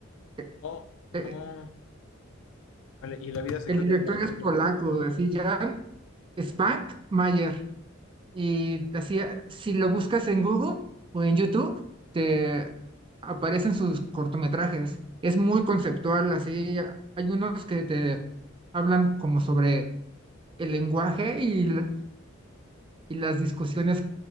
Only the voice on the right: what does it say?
Eh,
eh,
El director
es
polaco, así, Jan Spank Mayer. Y así, si lo buscas en Google o en YouTube, te aparecen sus cortometrajes. Es muy conceptual, así. Hay unos que te hablan como sobre el lenguaje y, l- y las discusiones